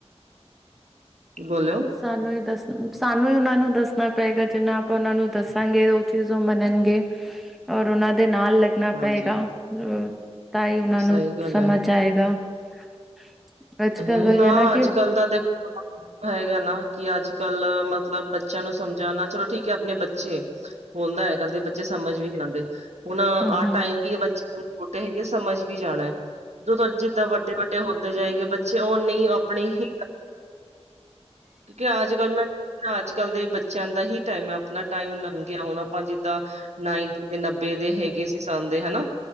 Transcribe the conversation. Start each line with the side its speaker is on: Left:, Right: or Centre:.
Right: ਬੋਲੋ
Centre: ਸਾਨੂੰ ਹੀ ਦੱਸ ਸਾਨੂੰ ਈ ਉਹਨਾਂ ਨੂੰ ਦੱਸਣਾ ਪਏਗਾ, ਜਿੰਨਾ ਆਪਾਂ ਉਹਨਾਂ ਨੂੰ ਦੱਸਾਂਗੇ, ਉਹ ਚੀਜ਼ ਉਹ ਮੰਨਣਗੇ। ਔਰ ਉਹਨਾਂ ਦੇ ਨਾਲ ਲੱਗਣਾ
Right: ਹਾਂਜੀ
Centre: ਪਏਗਾ। ਤਾਂ ਹੀ ਉਹਨਾਂ ਨੂੰ
Right: ਸਹੀ ਗੱਲ
Centre: ਸਮਝ
Right: ਹੈ
Centre: ਆਏਗਾ। <inaudible> ਅੱਜ ਕੱਲ
Right: ਹੂੰ,
Centre: ਉਹੀ
Right: ਨਾ
Centre: ਹੈ
Right: ਅੱਜ
Centre: ਕਿ
Right: ਕੱਲ ਦਾ ਦੇਖੋ <unintelligible> ਹੈਗਾ ਨਾ। ਕਿ ਅੱਜ ਕੱਲ ਮਤਲਬ ਬੱਚਿਆਂ ਨੂੰ ਸਮਝਾਣਾ ਚਲੋ ਠੀਕ ਐ, ਆਪਣੇ ਬੱਚੇ ਹੁੰਦਾ ਕਦੇ ਬੱਚੇ ਸਮਝ ਸਮਝ ਵੀ ਆਂਦੇ ਹੁਣ ਆਹ
Centre: ਹਮ
Right: ਟਾਈਮ ਵੀ ਬੱਚੇ ਛੋਟੇ ਹੈਗੇ ਸਮਝ ਵੀ ਜਾਣਾ ਜੇ ਜਿੱਦਾਂ ਵੱ ਡੇ ਹੁੰਦੇ ਜਾਈ ਗਏ ਉਹ ਨੀ ਆਪਣੇ ਹੀ ਕਿਉਂਕਿ ਅੱਜ ਕੱਲ ਮੈਂ ਅੱਜ ਕੱਲ੍ਹ ਦੇ ਬੱਚਿਆਂ ਦਾ ਹੀ ਟਾਈਮ ਆਪਣਾ ਟਾਈਮ ਲੰਘਿਆ ਹੁਣ ਆਪਾਂ ਜਿੱਦਾਂ ਨਾਈਨਟੀ ਤੇ ਨੱਬੇ ਦੇ ਹੈਗੇ ਸੀ <unintelligible> ਹਨਾ